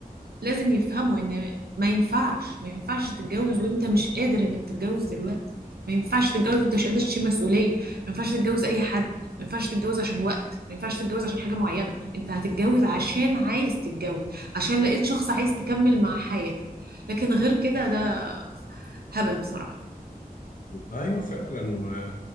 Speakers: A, on the right; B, on the left.
A: لازم يفهموا ان ما ينفعش ما ينفعش تتجوز وانت مش قادر انك تتجوز دلوقتي ما ينفعش تتجوز وانت مش قادر تشيل مسؤولية ما ينفعش تتجوز اي حد ما ينفعش تتجوز عشان وقت ما ينفعش تتجوز عشان حاجة معينة انت هتتجوز عشان عايز تتجوز عشان لقيت شخص عايز تكمل مع حياتك لكن غير كده ده هبل بصراحة
B: أيوه فعلا و...